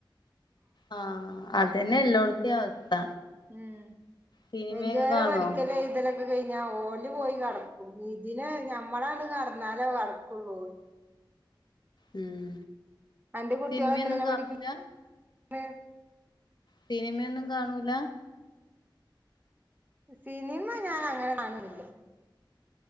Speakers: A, on the left; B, on the right.
A: ആഹ അതന്നെ എല്ലോടത്തി അവസ്ഥ.
B: ഉം
A: സിനിമയൊക്കെ
B: വല്യോലെ
A: കാണുവോ
B: പഠിക്കലും എയ്ത ലൊ കൈഞ്ഞ ഓല് പോയി കടക്കും ഇതിനെ ഞമ്മളാണ് കെടന്നാലേ കെടകൊള്ളൂ.
A: ഉം
B: അന്റെ കുട്ടികൾ
A: സിന്മയൊന്നും
B: എത്രയിലാ
A: കാണൂല.
B: പഠിക്കു <unintelligible>
A: സിനിമയൊന്നും കാണൂല.
B: സിനിമ ഞാൻ അങ്ങനെ കാണറില്ല